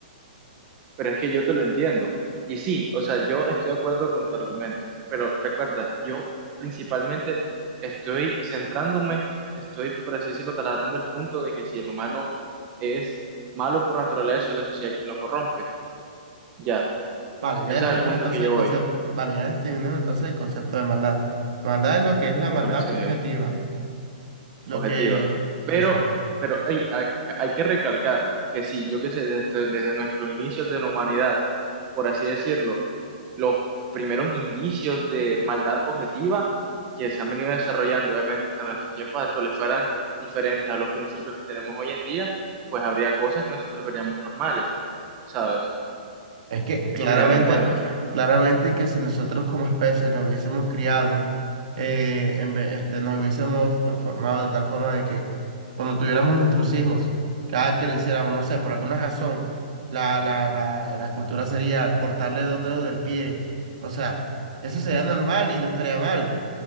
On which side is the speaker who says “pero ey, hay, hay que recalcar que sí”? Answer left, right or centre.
Right